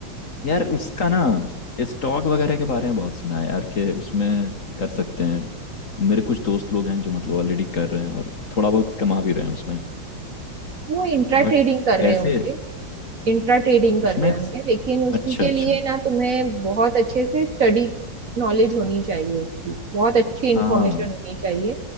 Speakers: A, on the left; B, on the right.
A: यार उसका ना स्टॉक वगैरह के बारे में बहुत सुना है यार कि उसमें कर सकते हैं मेरे कुछ दोस्त लोग हैं जो मतलब ऑलरेडी कर रहे हैं और थोड़ा बहुत कमा भी रहे हैं उसमें
B: वो इंट्रा
A: बट
B: ट्रेडिंग कर
A: कैसे
B: रहे होंगे इंट्रा ट्रेडिंग कर
A: उसमें
B: रहे होंगे लेकिन उसके
A: अच्छा अच्छा
B: लिए ना तुम्हें बहुत अच्छे से स्टडी नॉलेज होनी चाहिए उसकी बहुत अच्छी इंफॉर्मेशन
A: हाँ
B: होनी चाहिए